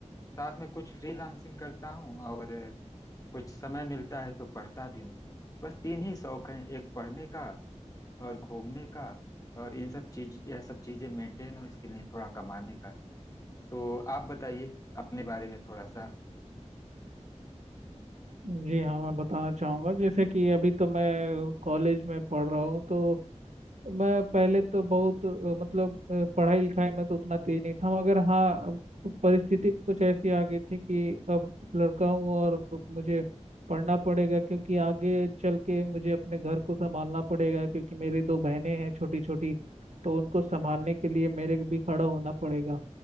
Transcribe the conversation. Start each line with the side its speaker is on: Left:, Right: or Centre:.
Left: साथ में कुछ फ्रीलांसिंग करता हूँ और कुछ समय मिलता है तो पढ़ता भी हूँ बस तीन ही शौक हैं एक पढ़ने का और घूमने का और इन सब चीज यह सब चीजें मेंटेन हो इसके लिए थोड़ा कमाने का तो आप बताइए अपने बारे में थोड़ा सा
Right: जी हाँ मैं बताना चाहूँगा जैसे कि अभी तो मैं कॉलेज में पढ़ रहा हूँ तो मैं पहले तो बहुत अ, मतलब अ, पढ़ाई लिखाई में तो उतना तेज नहीं था मगर हाँ अब कु- परिस्थिति कुछ ऐसी आ गई थी कि अब लड़का हूँ और मुझे पढ़ना पड़ेगा क्योंकि आगे चल के मुझे अपने घर को संभालना पड़ेगा क्योंकि मेरी दो बहनें हैं छोटी छोटी तो उनको संभालने के लिए मेरे को भी खड़ा होना पड़ेगा